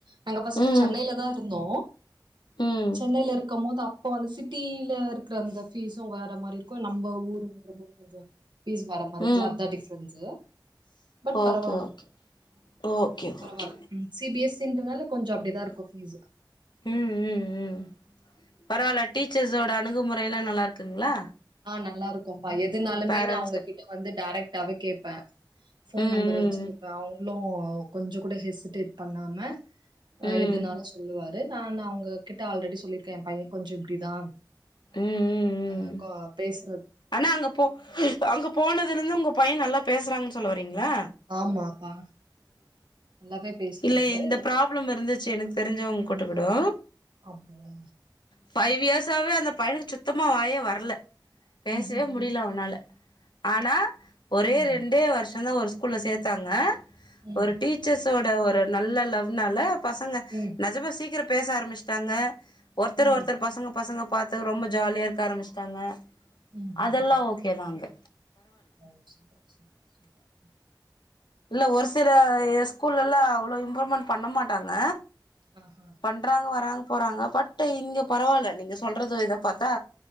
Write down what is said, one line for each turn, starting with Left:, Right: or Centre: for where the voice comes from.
Right: நாங்க பஸ்ட்ட்
Left: ம்
Right: சென்னையில தா இருந்தோ
Left: ம்
Right: சென்னையில இருக்கம் போது அப்ப ப்ப அந்த சிட்டியில இருக்கிற அந்த ஃபீஸ்சும் வேற மாரி இருக்கு நம்ம ஊருங்கு ஃபீஸ் வேற மாரியிருக்குல்லா
Left: ம்
Right: அத்தா டிஃரன்ஸ்சு பட் பரவாயில்ல
Left: ஓகே ஓகே ஓகே
Right: பரவாயில்ல
Left: ஓகே
Right: சி பி எஸ் சி ன்றனால கொஞ்சோ அப்பிடிதா இருக்கு ஃபீஸ்சு
Left: ம் ம் ம் பரவாயில்ல டீச்சர்ஸோட அணுகுமுறை எல்லா நல்லா இருக்குங்ளா
Right: அ நல்லா இருக்கும்ப்பா எதுனாலுமே
Left: பேரண்ட்ஸ்க்கு
Right: நா அங்ககிட்ட வந்து டேரெக்டாவே கேட்பே போன்
Left: ம்
Right: நம்பர் வெச்சிருப்பே அவங்களு கொஞ்சோ கூட ஹெசிடேட் பண்ணாம அ
Left: ம்
Right: எதுனாலு
Left: ம்
Right: சொல்லுவாரு நா அவங்க கிட்ட ஆல்ரெடி சொல்லியிருக்கே ஏ பைய கொஞ்சோ இப்பிடிதா
Left: ம் ம்
Right: அ கோ பேசு
Left: ஆனா அங்க போ அங்க போனதுல இருந்து உங்க பைய நல்லா பேசுறாங்க சென் செரீங்ளா
Right: ஆமாப்பா நல்லாவே பேசுறாரு
Left: இல்ல இந்த ப்ராப்ளம் இருந்துச்சு எனக்கு தெரிஞ்சவங்க குட்டகூடோ
Right: அப்டியா
Left: ஃபைவ் இயர்ஸாவே அந்த பையனுக்கு சுத்தமா வாயே வர்ல பேசவே
Right: ம் ம்
Left: முடில
Right: ம்
Left: அவனால ஆனா ஒரே
Right: ஆ
Left: ரெண்டே வருஷம் தா ஒரு ஸ்கூல்ல சேத்தாங்க
Right: ம்
Left: ஒரு டீச்சர்ஸோட ஒரு நல்ல லவ்னால பசங்க
Right: ம்
Left: நெஜமா சீக்கிரோ பேச ஆரம்பச்சிட்டாங்க ஒருத்தர்
Right: ம்
Left: ஒருத்தர் பசங்க பசங்க பார்த்து ரொம்ப ஜாலியா இருக்க ஆரம்பிச்சிட்டாங்க
Right: ம் ம்
Left: அதெல்லா
Right: ம்
Left: ஓகே தா அங்க
Right: ஓ சூப்பர் சூப்பர் சூப்பர்
Left: இல்ல ஒரு சில ஸ்கூல்ல எல்லா அவ்ளோ இம்ப்ரூவ்மென்ட் பண்ண மாட்டாங்க
Right: ஆஹா
Left: பண்றாங்க வராங்க போறாங்க பட்டு் இங்கே பரவாயில்ல நீங்கள் சொல்றது இத பாத்தா